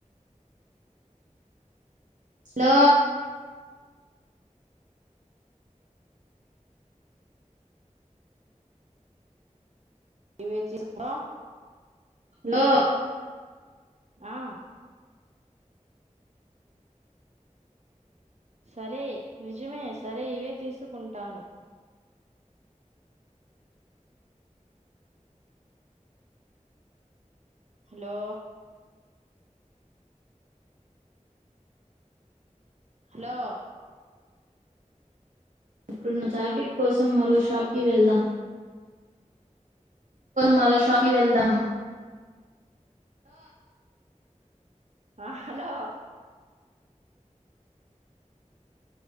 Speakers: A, on the right (about 75°); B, on the right (about 60°).
A: హలో
B: ఇవేచ్చిసుకో
A: హలో
B: ఆ సరే నిజమే సరే ఇవే తీసుకుంటాను హలో హలో
A: ఇప్పుడున్న జాకెట్ కోసం మరో షాప్కి వెళ్దాం మరో షాప్కి వెళ్దాం
B: ఆ హలో